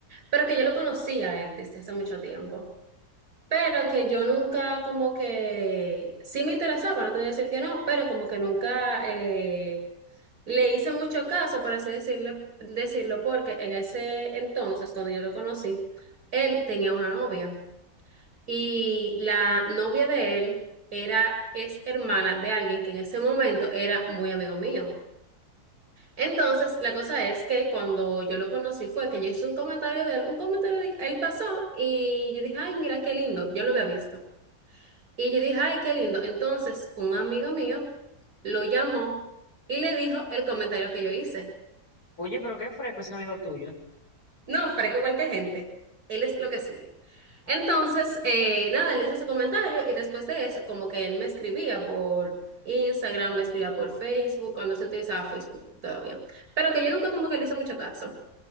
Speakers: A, on the right; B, on the left.
A: Pero que yo lo conocía a él desde hace mucho tiempo. Pero que yo nunca como que sí me interesaba, no te voy a decir que no, pero como que nunca eh, Le hice mucho caso, por así decirle, decirlo, porque en ese entonces, cuando yo lo conocí, él tenía una novia y la novia de él era, es hermana de alguien que en ese momento era muy amigo mío. Entonces, la cosa es que cuando yo lo conocí fue que yo hice un comentario de él, un comentario de él pasó y yo dije, ay, mira qué lindo, yo lo había visto. Y yo dije, ay, qué lindo. Entonces, un amigo mío lo llamó y le dijo el comentario que yo hice.
B: Oye, pero qué fresco ese amigo tuyo.
A: No, freco cualquier gente. Él es lo que sigue. Entonces, eh, nada, él hizo ese comentario y después de eso, como que él me escribía por Instagram, me escribía por Facebook, cuando se utilizaba Facebook todavía. Pero que yo nunca como que le hice mucho caso.